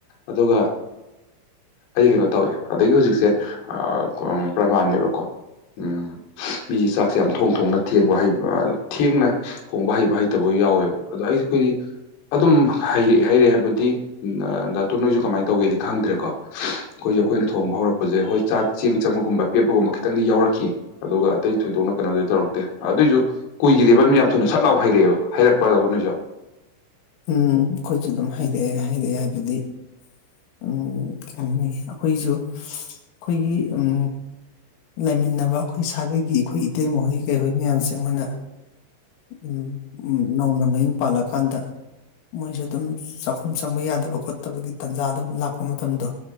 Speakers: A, on the left; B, on the left.
A: ꯑꯗꯨꯒ ꯑꯩꯗꯤ ꯀꯩꯅꯣ ꯇꯧꯋꯦ ꯑꯗꯒꯤ ꯍꯧꯖꯤꯛꯁꯦ ꯄ꯭ꯔꯃꯥꯟꯅꯦꯕꯀꯣ ꯎꯝ ꯃꯤꯁꯦ ꯆꯥꯛꯁꯦ ꯌꯥꯝ ꯊꯣꯡ ꯊꯣꯡꯅ ꯊꯦꯡꯕ ꯍꯩꯕ ꯊꯦꯡꯅ ꯊꯣꯡꯕ ꯍꯩꯕ ꯍꯩꯇꯕꯒ ꯌꯥꯎꯋꯦꯕ ꯑꯗꯣ ꯑꯩꯁꯨ ꯑꯩꯈꯣꯏꯗꯤ ꯑꯗꯨꯝ ꯍꯩꯔꯛꯑꯦ ꯍꯩꯔꯛꯑꯦ ꯍꯥꯏꯕꯗꯤ ꯗꯥꯇꯣꯟ ꯅꯣꯏꯁꯨ ꯀꯃꯥꯏꯅ ꯇꯧꯒꯦꯗꯤ ꯈꯪꯗ꯭ꯔꯦꯀꯣ ꯑꯩꯈꯣꯏꯁꯨ ꯑꯩꯈꯣꯏꯅ ꯊꯣꯡꯕ ꯍꯧꯔꯛꯄꯁꯦ ꯍꯣꯏ ꯆꯥꯛ ꯆꯦꯡ ꯆꯪꯕꯒꯨꯝꯕ ꯄꯦꯠꯄꯒꯨꯝꯕ ꯈꯤꯇꯪꯗꯤ ꯌꯥꯎꯔꯛꯈꯤ ꯑꯗꯨꯒ ꯑꯇꯩ ꯊꯣꯏꯗꯣꯛꯅ ꯀꯩꯅꯣꯗꯤ ꯇꯧꯔꯛꯇꯦ ꯑꯗꯨꯏꯁꯨ ꯀꯨꯏꯒꯤꯗꯦꯕ ꯃꯤ ꯌꯥꯝ ꯊꯨꯅ ꯁꯠ ꯂꯥꯎ ꯍꯩꯔꯛꯑꯦꯕ ꯍꯥꯏꯔꯛꯄꯔꯣ ꯅꯣꯏꯖꯨ
B: ꯎꯝ ꯑꯩꯈꯣꯏꯁꯨ ꯑꯗꯨꯝ ꯍꯩꯔꯛꯑꯦ ꯍꯩꯔꯛꯑꯦ ꯍꯥꯏꯕꯗꯤ ꯎꯝ ꯀꯩ ꯍꯥꯏꯅꯤ ꯑꯩꯈꯣꯏꯁꯨ ꯑꯩꯈꯣꯏꯒꯤ ꯎꯝ ꯂꯩꯃꯤꯟꯅꯕ ꯑꯩꯈꯣꯏ ꯁꯥꯒꯩꯒꯤ ꯑꯩꯈꯣꯏ ꯏꯇꯩꯃ ꯍꯣꯏ ꯀꯩꯍꯣꯏ ꯃꯌꯥꯝꯁꯦ ꯃꯣꯏꯅ ꯎꯝ ꯎꯝ ꯅꯧꯅ ꯃꯌꯨꯝ ꯄꯥꯜꯂꯛꯑꯥꯀꯥꯟꯗ ꯃꯣꯏꯁꯨ ꯑꯗꯨꯝ ꯆꯥꯛꯈꯨꯝ ꯆꯪꯕ ꯌꯥꯗꯕ ꯈꯣꯠꯇꯕꯒꯤ ꯇꯥꯟꯖꯥ ꯑꯗꯨꯝ ꯂꯥꯛꯄ ꯃꯇꯝꯗꯣ